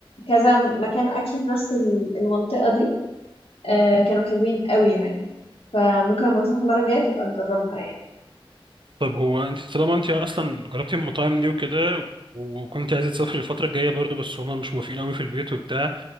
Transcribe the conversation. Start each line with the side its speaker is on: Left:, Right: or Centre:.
Left: كذا مكان اكل في نفس ال- المنطقه دي آه كانوا حلوين قوي يعني فممكن لما تروح المره الجايه تبقى تجربها يعني
Right: طيب هو انت طالما انت اصلا جربتي المطاعم دي وكده وكنت عايزة تسافري الفترة الجاية برضو بس هما مش موافقين قوي في البيت وبتاع